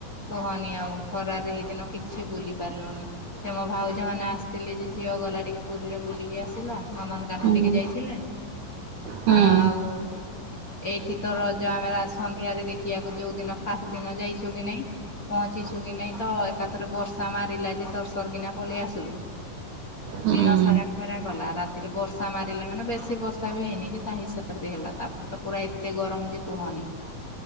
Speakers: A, on the left; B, on the right.
A: କୁହନି ଆଉ। ଖରାରେ ହେଇ ଦିନ କିଛି ବୁଲି ପାରିଲୁନି। ସେ ମୋ ଭାଉଜ ମାନେ ଆସିଥିଲେ ଥିଲି ଯେ ଝିଅ ଗଲା ଟିକେ ପୁରୀରେ ବୁଲିକି ଆସିଲା ନନ୍ଦନ କାନନ
B: ହୁଁ
A: ଟିକେ ଯାଇଥିଲା।
B: ହୁଁ।
A: ଆଉ ଏଇଠି ତ ରଜ ଆମେ ରାସ ସନ୍ଧ୍ୟାରେ ଦେଖିବାକୁ ଯୋଉ ଦିନ ଫାଷ୍ଟ ଦିନ ଯାଇଛୁ କି ନାଇଁ ପହଞ୍ଚିଛୁ କି ନାଇଁ ତ ଏକାଥରେ ବର୍ଷା ମାରିଲା ଯେ ତରସର କିିନା ପଳେ ଇଆସିଲୁ
B: ହୁଁ
A: ଦିନ ସାରା। ଖରା କଲା ରାତିରେ ବର୍ଷା ମାରିଲା ମାନେ ବେଶୀ ବର୍ଷା ବି ହେଇନି କି ତା ହିସାବରେ ହେଲା ତାପରେ ତ ପୁରା ଏତେ ଗରମ ଯେ କୁହନି।